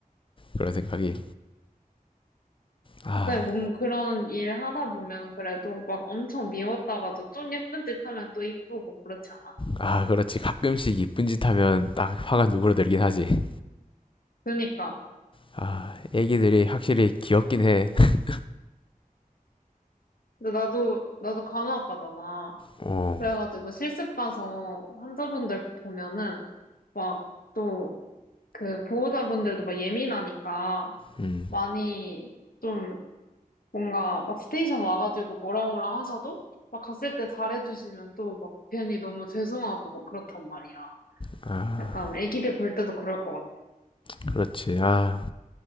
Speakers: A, on the left; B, on the left.
A: 그런 생각이. 아,
B: 근데 뭔 그런 일 하다 보면 그래도 막 엄청 미웠다가도 좀 예쁜 짓 하면 또 이쁘고 그렇지 않아?
A: 아, 그렇지. 가끔씩 이쁜 짓 하면 딱 화가 누그러들긴 하지.
B: 그러니까.
A: 아, 애기들이 확실히 귀엽긴 해. <laughs>
B: 근데 나도 나도 간호학과잖아.
A: 어,
B: 그래가지고 실습 가서 환자분들 보면은 막 또 그 보호자분들도 막 예민하니까
A: 음,
B: 많이 좀 뭔가 막 스테이션 와가지고 뭐라 뭐라 하셔도 막 갔을 때 잘해주시면 또 막 괜히 너무 죄송하고 막 그렇단 말이야.
A: 아,
B: 약간 애기들 볼 때도 그럴 것 같아.
A: 그렇지. 아,